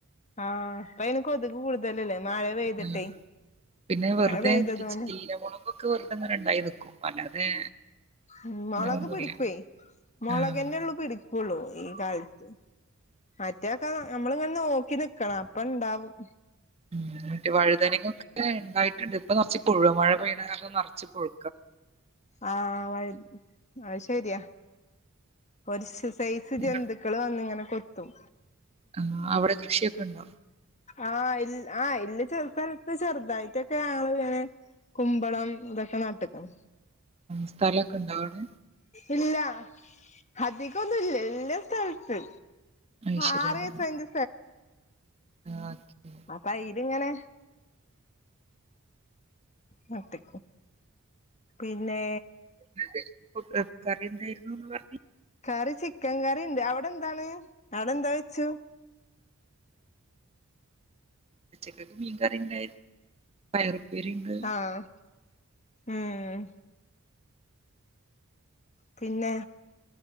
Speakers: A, on the left; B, on the right.
A: ആഹ് ഇപ്പയിന് കൊതുക് കൂടുതലല്ലേ മഴ പെയ്തിട്ടേ
B: ആഹ് പിന്നെ വെറുതെ
A: മഴ പെയ്തതോണ്ട്
B: മറ്റേ ചീലമുളകൊക്കെ വെറുതെ അങ്ങനെ ഇണ്ടായി നിക്കും അല്ലാതെ
A: ഉം മുളക്
B: അങ്ങനെ ഒന്നുമില്ല
A: പിടിക്കുവേ മുളകന്നെ
B: ആഹ്
A: ഉള്ളൂ പിടിക്കുള്ളു ഈ കാലത്ത് മാറ്റെക്കെ നമ്മൾ ഇങ്ങനെ നോക്കി നിക്കണം അപ്പ ഇണ്ടാവും
B: ഉം മറ്റേ വഴുതനങ്ങ ഒക്കെ ഇണ്ടായിട്ടുണ്ട് ഇപ്പൊ നർച്ചിപ്പുഴുവാ മഴ പെയ്യണ കാരണം നർച്ച് പുഴു
A: ആഹ് വൈ അത്ശരിയാ ഒരു സൈസ്
B: നിങ്ങൾ
A: ജന്തുക്കൾ വന്നിങ്ങനെ കൊത്തും
B: ആഹ് അവിടെ കൃഷിയൊക്കെ ഇണ്ടോ
A: ആഹ് ഇൽ ആഹ് ഇല്ലെ ചെല സ്ഥലത്ത് ചെറുതായിട്ടൊക്കെ ആള് ഇങ്ങനെ കുമ്പളം ഇതൊക്കെ നാട്ട്ക്ക്‌ണ്
B: സ്ഥലവൊക്കെ ഉണ്ടോ അവിടെ
A: ഇല്ല അധികൊന്നുല്ല ഇല്ല സ്ഥലത്ത്
B: അയ്ശെരി
A: ആറേഴ്
B: ആഹ്
A: സെന്റ്
B: ആഹ് ക്കി
A: അപ്പ ഇതിങ്ങനെ നട്ട് പിന്നേ
B: ഇന്ന് എന്തേനും ഫുഡ് കറി എന്തായിരുന്നൂന്ന് പറഞ്ഞെ
A: കറി ചിക്കൻ കറി ഉണ്ട് അവിടെ എന്താണ് അവിടെ എന്താ വെച്ചു
B: ഉച്ചക്കേക്ക് മീൻകറിണ്ടായി പയറുപ്പേരി ഉണ്ട്
A: ആഹ് ഉം പിന്നെ